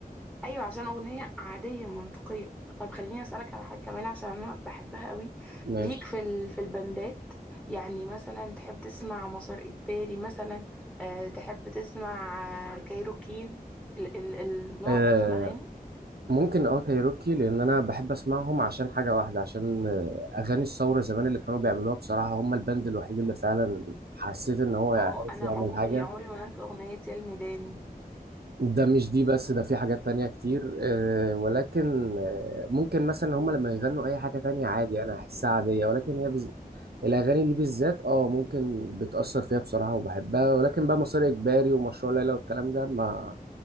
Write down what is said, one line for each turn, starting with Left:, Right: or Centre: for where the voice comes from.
Centre: ايوه عشان اغنيه عاديه منطقيه طب خليني اسالك على حاجه كمان عشان انا بحبها قوي
Right: ماشي
Centre: ليك في ال... في البندات يعني مثلا تحب تسمع مسار اجباري مثلا أه تحب تسمع آه، كايروكي ال... ال... النوع
Right: <clears throat> آه
Centre: ده من الاغاني
Right: ممكن اه كايروكي لان انا بحب اسمعهم عشان حاجه واحده عشان آه، اغاني الثوره زمان اللي كانوا بيعملوها بصراحه هم البند الوحيد اللي فعلا حسيت ان هو عارف
Centre: اه انا
Right: يعمل
Centre: عمري
Right: حاجه
Centre: عمري ما هنسى اغنيه يا الميدان
Right: ده مش دي بس ده في حاجات تانية كتير آه، ولكن آه، ممكن مثلا هم لما يغنوا اي حاجه تانية عادي انا احسها عاديه ولكن هي بز... الاغاني دي بالذات اه ممكن بتاثر فيها بصراحه وبحبها ولكن بقى مسار اجباري ومشروع ليلى والكلام ده ما